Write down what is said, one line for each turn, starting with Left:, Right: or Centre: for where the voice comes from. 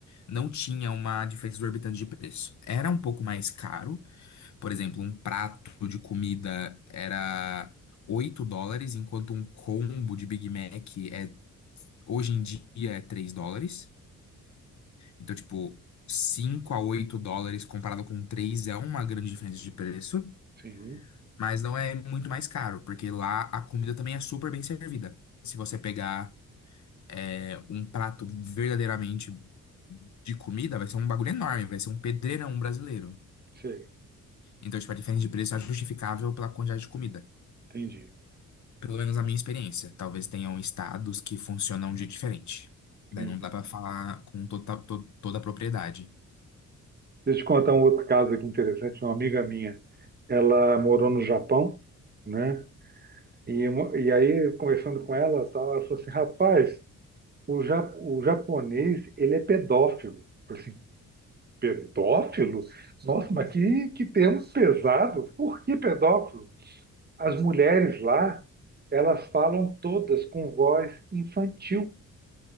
Left: não tinha uma diferença exorbitante de preço. Era um pouco mais caro. Por exemplo, um prato de comida era 8 dólares, enquanto um combo de Big Mac é, hoje em dia é 3 dólares. Então, tipo, 5 a 8 dólares comparado com 3 é uma grande diferença de preço,
Right: Sim.
Left: mas não é muito mais caro, porque lá a comida também é super bem servida. Se você pegar é, um prato verdadeiramente de comida, vai ser um bagulho enorme, vai ser um pedreirão brasileiro.
Right: Sei,
Left: Então, tipo, a diferença de preço é justificável pela quantidade de comida.
Right: entendi,
Left: Pelo menos na minha experiência. Talvez tenham estados que funcionam de diferente.
Right: entendi.
Left: Daí não dá pra falar com toda, to- toda a propriedade.
Right: Deixa eu te contar um outro caso aqui interessante. Uma amiga minha, ela morou no Japão, né? E, uma- e aí, conversando com ela, tal, ela falou assim, rapaz, o, ja, o japonês, ele é pedófilo. Eu falei assim, pedófilo? Nossa, mas que, que termo pesado. Por que pedófilo? As mulheres lá, elas falam todas com voz infantil.